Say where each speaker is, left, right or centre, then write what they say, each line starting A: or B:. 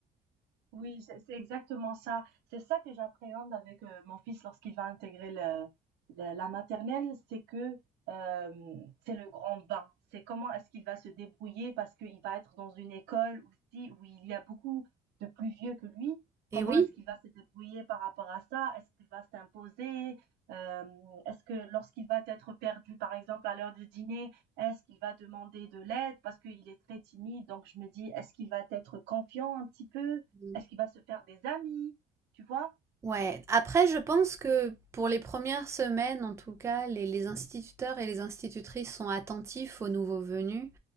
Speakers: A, on the right (about 80°); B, on the right (about 15°).
A: Oui, c'est c'est exactement ça. C'est ça que j'appréhende avec euh, mon fils lorsqu'il va intégrer le- le- la maternelle, c'est que euh, c'est le grand bain. C'est comment est-ce qu'il va se débrouiller parce qu'il va être dans une école aussi où il y a beaucoup de plus vieux que lui. Comment
B: Et oui.
A: est-ce qu'il va se débrouiller par rapport à ça? Est-ce qu'il va s'imposer? Euh, est-ce que lorsqu'il va être perdu, par exemple, à l'heure du dîner, est-ce qu'il va demander de l'aide parce qu'il est très timide? Donc je me dis, est-ce qu'il va être confiant un petit peu?
B: Mmh.
A: Est-ce qu'il va se faire des amis? Tu vois?
B: Ouais, après je pense que pour les premières semaines, en tout cas, les les instituteurs et les institutrices sont attentifs aux nouveaux venus